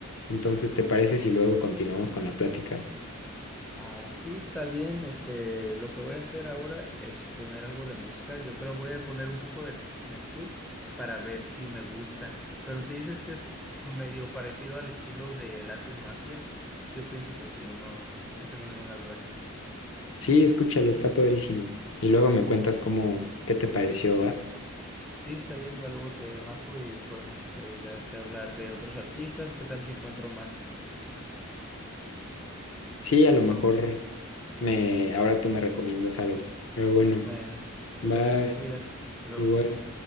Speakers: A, on the left; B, in the centre.
A: Entonces, ¿te parece si luego continuamos con la plática?
B: Ah, sí, está bien. Este, lo que voy a hacer ahora es poner algo de música. Yo creo voy a poner un poco de Nesquik para ver si me gusta. Pero si dices que es medio parecido al estilo de Latin Mafia, yo pienso que sí, no, no tengo ninguna duda que sí.
A: Sí, escúchalo, está padrísimo. Y luego me cuentas cómo, qué te pareció, ¿va?
B: Sí, está bien, ya luego te marco y podemos, este, ya sea hablar de otros artistas. ¿Qué tal si encuentro más?
A: Sí, a lo mejor me, ahora tú me recomiendas algo. Pero bueno,
B: Bueno, perfecto,
A: bye,
B: te cuidas. Hasta luego.
A: igual.